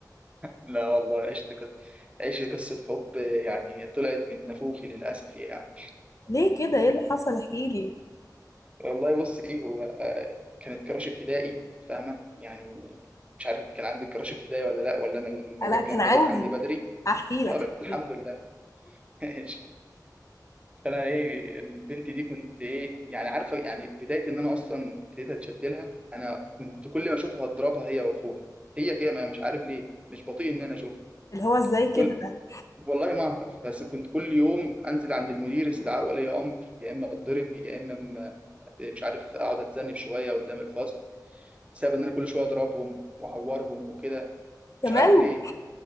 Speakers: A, on the right; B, on the left.
A: لا والله عشت قصة عشت قصة حب يعني طلعت من نافوخي للأسف يعني
B: <laughs> ليه كده ايه اللي حصل احكي لي
A: والله بصي هو آه، كانت كراش ابتدائي فاهمة يعني مش عارف انت كان عندك كراش ابتدائي ولا لا ولا انا الموضوع
B: انا كان
A: كان
B: عندي
A: بادئ عندي بدري
B: هحكي لك
A: طب
B: هحكي
A: الحمد
B: لك.
A: لله <laughs> ماشي فانا ايه البنت دي كنت ايه يعني عارفة يعني بداية ان انا اصلا ابتديت اتشد لها انا كنت كل ما اشوفها اضربها هي واخوها هي كده ما- مش عارف ليه مش بطيء ان انا اشوفها
B: اللي هو ازاي كده
A: كل
B: ده
A: والله ما اعرف بس كنت كل يوم انزل عند المدير استدعاء ولي امر يا اما اتضرب يا اما م- مش عارف اقعد اتذنب شويه قدام الفصل بسبب ان انا كل شويه اضربهم واعورهم وكده مش
B: كمان
A: عارف ليه
B: <laughs>